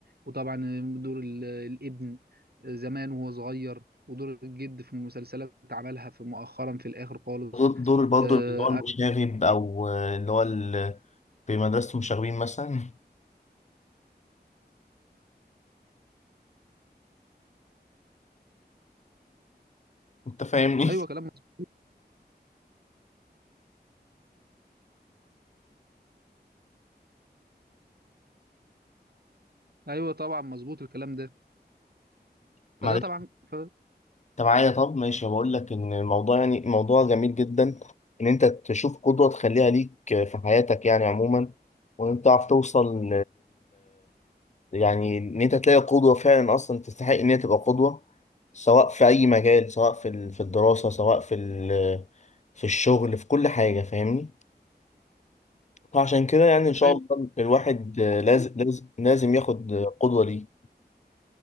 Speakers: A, on the right (about 65°); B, on the left (about 40°).
A: وطبعا دور ال- الابن زمان وهو صغير ودور الجد في المسلسلات عملها في مؤخرا في الاخر خالص
B: دور دور برضه
A: آه،
B: اللي هو المشاغب او اللي هو ال- في مدرسة المشاغبين مثلا انت فاهمني
A: ايوه كلام مظبوط. ايوه طبعا مظبوط الكلام ده
B: <laughs>
A: فده
B: معلش
A: طبعا ف...
B: انت معايا طب ماشي بقول لك ان الموضوع يعني موضوع جميل جدا ان انت تشوف قدوة تخليها ليك في حياتك يعني عموما وان انت تعرف توصل يعني ان انت تلاقي قدوة فعلا اصلا تستحق ان هي تبقى قدوة سواء في اي مجال سواء في ال- في الدراسة سواء في ال- في الشغل في كل حاجة فاهمني فعشان كده يعني ان شاء
A: ايوه
B: الله الواحد لازم لازم لازم ياخد قدوة ليه